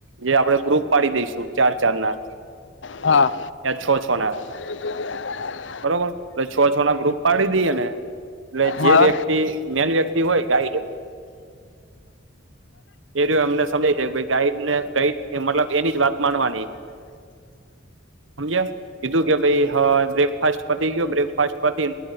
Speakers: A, on the right; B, on the left.
A: જે આપણે ગ્રુપ પાડી દઈશું ચાર ચાર ના
B: હા
A: યા છ છ ના
B: <inaudible>
A: બરોબર એટલે છ છ ના ગ્રુપ પાડી દઈએ ને એટલે
B: હા
A: જે વ્યક્તિ મેન વ્યક્તિ હોય ગાઈડ. એ એમને સમજાવી દેવી ગાઈડ ને ગાઈડ મતલબ એની જ વાત માનવાની. સમજ્યા કીધું કે ભાઈ હ બ્રેકફાસ્ટ પતી ગયો બ્રેકફાસ્ટ પતી.